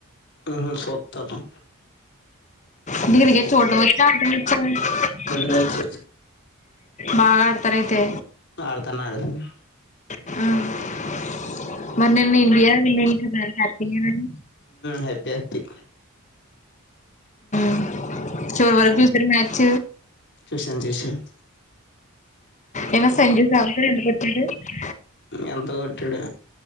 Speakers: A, on the left; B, on the left.
A: ఉహు సుత్తను
B: ఇదిగరిక చోట వచ్చా అ
A: రెండు వచ్చు
B: బాగా ఆడ్తార అైతే
A: ఆడతన్న అడాతను
B: ఆ
A: అ
B: మరి నిన్న ఇండియా విన్నింది కదా హ్యాపీయేనా ఉమ్
A: హ్యాపి హ్యాపీ
B: మ్ చోర వర్కు ఫరు మ్యాచ్
A: చూశాను చూశాను
B: ఏమైనా సెంచరీ సాధిస్తే ఎందుకు వచ్చాడు
A: ఎంత కొట్టాడు